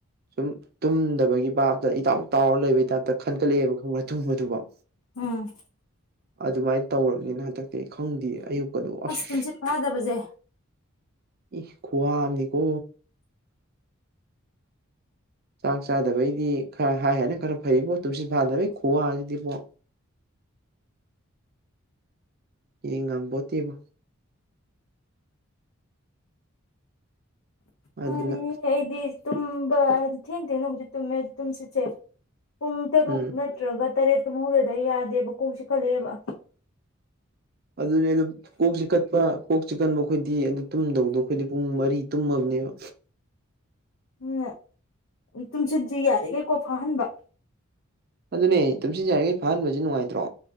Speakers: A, on the right; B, on the left.
A: ꯁꯨꯝ ꯇꯨꯝꯗꯕꯒꯤ ꯄꯥꯞꯇ ꯏꯇꯥꯎ ꯇꯥꯎꯔ ꯂꯩꯕꯒꯤ ꯇꯥꯏꯞꯇ ꯈꯟꯒꯠꯂꯛꯑꯦꯕ ꯈꯪ ꯇꯨꯝꯕꯗꯨꯐꯥꯎ
B: ꯎꯝ
A: ꯑꯗꯨꯃꯥꯏꯅ ꯇꯧꯔꯕꯅꯤꯅ ꯍꯟꯗꯛꯇꯤ ꯈꯪꯗꯦ ꯑꯌꯨꯛ ꯀꯣ ꯑꯁ
B: ꯇꯨꯝꯁꯤꯠ ꯐꯥꯗꯕꯁꯦ
A: ꯏ ꯈꯨꯋꯥ ꯑꯃꯅꯤꯀꯣ ꯆꯥꯛ ꯆꯥꯗꯕꯩꯗꯤ ꯈꯔ ꯍꯥꯏ ꯍꯥꯏꯅ ꯈꯔ ꯐꯩꯕꯣ ꯇꯨꯝꯁꯤꯟ ꯐꯥꯗꯕꯒꯤ ꯈꯨꯋꯥꯁꯤꯗꯤꯕꯣ ꯌꯦ ꯉꯥꯡꯕꯣꯠꯇꯦꯕ <inaudible> ꯑꯗꯨꯅ
B: ꯃꯥꯅꯦ ꯑꯩꯗꯤ ꯇꯨꯝꯕ ꯊꯦꯡ ꯊꯦꯡꯅꯗꯤ ꯇꯨꯝꯃꯦ ꯇꯨꯝꯁꯤꯠꯁꯦ ꯄꯨꯡ ꯇꯔꯨꯛ
A: ꯎꯝ
B: ꯅꯠꯇ꯭ꯔꯒ ꯇꯔꯦꯠꯇ ꯇꯨꯝꯍꯧꯗꯔꯗꯤ ꯌꯥꯗꯦꯕ ꯀꯣꯛꯁꯤ ꯆꯥꯛꯈꯠꯂꯛꯑꯦꯕ
A: ꯑꯗꯨꯅꯦ ꯑꯗꯨꯝ ꯀꯣꯛꯆꯤꯛꯒꯥꯟꯄ ꯀꯣꯛ ꯆꯤꯛꯀꯟꯕ ꯑꯩꯈꯣꯏꯗꯤ ꯑꯗꯨ ꯇꯨꯝꯗꯧꯗꯣ ꯑꯩꯈꯣꯏꯗꯤ ꯄꯨꯡ ꯃꯔꯤ ꯇꯨꯝꯃꯕꯅꯦꯕ
B: ꯑꯗꯨꯅ ꯇꯨꯝꯁꯤꯠꯁꯤ ꯌꯥꯔꯤꯉꯩ ꯐꯥꯍꯟꯕ
A: ꯑꯗꯨꯅꯦ ꯇꯨꯝꯁꯤꯠꯁꯦ ꯌꯔꯤꯉꯩ ꯐꯥꯍꯟꯕꯁꯦ ꯅꯨꯡꯉꯥꯏꯇ꯭ꯔꯣ